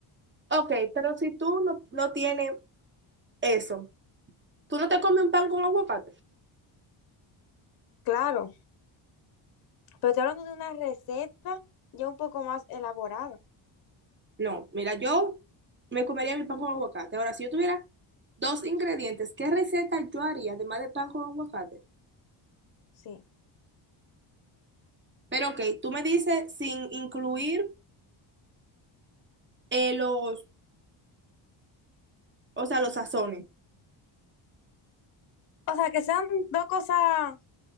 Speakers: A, on the right; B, on the left.
A: Ok, pero si tú no, no tienes eso, ¿tú no te comes un pan con aguacate?
B: Claro. Pero estoy hablando de una receta ya un poco más elaborada,
A: No, mira, yo me comería mi pan con aguacate. Ahora, si yo tuviera dos ingredientes, ¿qué receta yo haría además de pan con aguacate?
B: sí.
A: Pero ok, tú me dices sin incluir eh, los, o sea, los sazones.
B: O sea, que sean dos cosas,